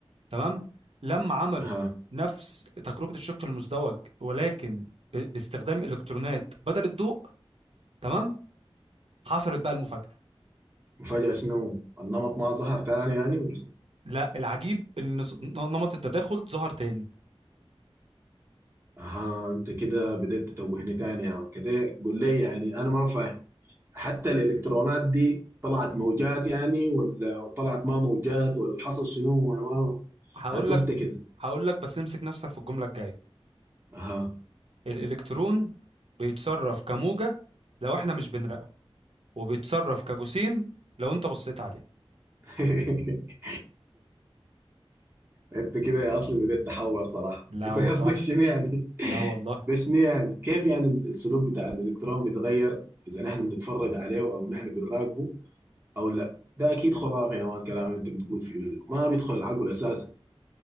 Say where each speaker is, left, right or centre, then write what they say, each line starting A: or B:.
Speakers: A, on the right; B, on the right.
A: تمام لما عملوا
B: ها
A: نفس تجربه الشق المزدوج ولكن ب- باستخدام الكترونات بدل الضوء تمام حصلت بقى المفاجاه
B: وفجأة شنو النمط ما ظهر تاني يعني ولا شنو؟
A: لا العجيب ان نص- نمط التداخل ظهر تاني
B: أها أنت كده بديت تتوهني تاني يا مان كده قول لي يعني أنا ما فاهم حتى الالكترونات دي طلعت موجات يعني ولا طلعت ما موجات ولا حصل شنو انا ما
A: هقول
B: انا تهت
A: لك
B: كده
A: هقول لك بس امسك نفسك في الجملة الجاية
B: اها
A: الإلكترون بيتصرف كموجة لو احنا مش بنراقبه وبيتصرف كجسيم لو انت بصيت عليه
B: <laughs> انت كده يا اصلي بديت تحور صراحه
A: لا
B: انت
A: والله
B: قصدك شنو يعني
A: لا والله
B: <laughs> ده شنو يعني كيف يعني السلوك بتاع الالكترون بيتغير اذا نحن بنتفرج عليه او نحن بنراقبه او لا ده اكيد خرافه يا مان الكلام اللي انت بتقول فيه ده. ما بيدخل العقل اساسا